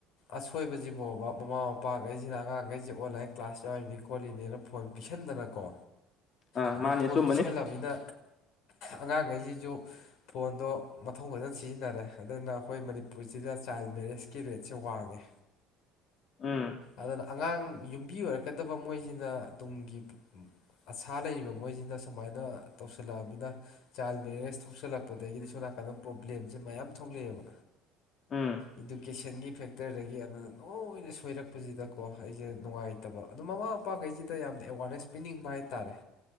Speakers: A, on the left (about 65°); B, on the left (about 40°).
A: ꯑꯁꯣꯏꯕꯖꯤ ꯕꯣꯕ ꯃꯃꯥ ꯃꯄꯥꯒꯩꯖꯤꯅ ꯑꯉꯥꯡꯒꯩꯖꯦ ꯑꯣꯟꯂꯥꯏꯟ ꯀ꯭ꯂꯥꯁ ꯌꯥꯎꯔꯤꯅꯤ ꯈꯣꯠꯂꯤꯅꯦꯅ ꯐꯣꯟ ꯄꯤꯁꯟꯗꯅꯀꯣ
B: ꯑꯥ
A: ꯑꯗꯩ
B: ꯃꯥꯅꯦ
A: ꯐꯣꯟ
B: ꯑꯆꯨꯝꯕꯅꯤ
A: ꯄꯤꯁꯜꯂꯃꯤꯅ ꯑꯉꯥꯡꯒꯩꯖꯤꯖꯨ ꯐꯣꯟꯗꯣ ꯃꯊꯧ ꯐꯖꯟ ꯁꯤꯖꯤꯟꯅꯔꯦ ꯑꯗꯨꯅ ꯑꯈꯣꯏ ꯃꯅꯤꯄꯨꯔꯆꯤꯗ ꯆꯥꯏꯜ ꯃꯦꯔꯦꯖꯀꯤ ꯔꯦꯠꯁꯦ ꯋꯥꯡꯉꯦ
B: ꯎꯝ
A: ꯑꯗꯨꯅ ꯑꯉꯥꯡ ꯌꯨꯝꯕꯤ ꯑꯣꯏꯔꯛꯀꯗꯕ ꯃꯣꯏꯖꯤꯅ ꯇꯨꯡꯒꯤ ꯑꯁꯥ ꯂꯩꯔꯤꯕ ꯃꯣꯏꯖꯤꯅ ꯁꯃꯥꯏꯅ ꯇꯧꯁꯤꯜꯂꯛꯑꯃꯤꯅ ꯆꯥꯏꯜ ꯃꯦꯔꯦꯖ ꯊꯣꯛꯆꯜꯂꯛꯄꯗꯒꯤꯗꯤ ꯁꯣ ꯅꯥꯀꯟꯗ ꯄ꯭ꯔꯣ ꯕ꯭ꯂꯦꯝꯖꯦ ꯃꯌꯥꯝ ꯊꯣꯛꯂꯛꯑꯦꯕ
B: ꯎꯝ
A: ꯢꯗꯨ ꯀꯦꯁꯟꯒꯤ ꯐꯦꯛꯇꯔꯗꯒꯤ ꯑꯃꯅ ꯂꯣꯏꯅ ꯁꯣꯏꯔꯛꯄꯖꯤꯗꯀꯣ ꯑꯩꯖꯦ ꯅꯨꯡꯉꯥꯏꯇꯕ ꯑꯗꯣ ꯃꯃꯥ ꯃꯄꯥꯒꯩꯖꯤꯗ ꯌꯥꯝꯅ ꯑꯦꯋꯥꯔꯅꯦꯁ ꯄꯤꯅꯤꯡꯕ ꯍꯥꯏꯇꯥꯔꯦ